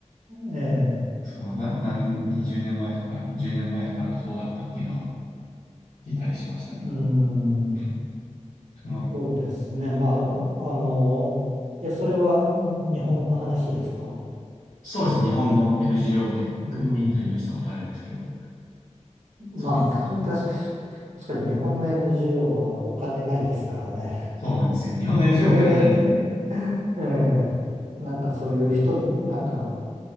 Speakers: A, on the right (about 75°); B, on the left (about 75°).
A: ええ。
B: そのな、何、20年前とか10年前とかだとそうだったっていうのは聞いたりしましたね。
A: うん。
B: <laughs> その、
A: そうですね。まあ、あの、え、それはん日本の話ですか
B: そうですね、日本の NGO で僕インタビューしたことあるんですけど、
A: うん。まあ、
B: そういう、
A: た確かに、確かに日本の NGO はお金ないですからね。
B: そうなんですよ。日本の NGO
A: ええ
B: お金ないんで、
A: ええなんかそういう人、なんか、